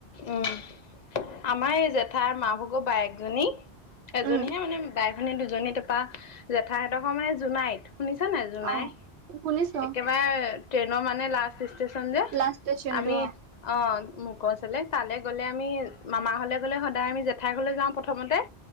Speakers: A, on the left; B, on the right.
A: উম আমাৰ এই জেঠাই মা ভাগৰ বায়েকজনী এজনীহে
B: উম
A: মানে বাই ভনী দুজনী তাৰপা জেঠাই হঁতৰ ঘৰ মানে জোনাইত শুনিছা নাই জোনাই
B: অ শুনিছো
A: একেবাৰে ট্ৰেইনৰ মানে লাস্ট ষ্টে ষ্টেচন যে
B: লাষ্ট ষ্টেচনটো
A: আমি অ মো গচলে তালে গ'লে আমি মামা ঘলে গ'লে সদায় আমি জেঠাই ঘৰলে যাওঁ প্ৰথমতে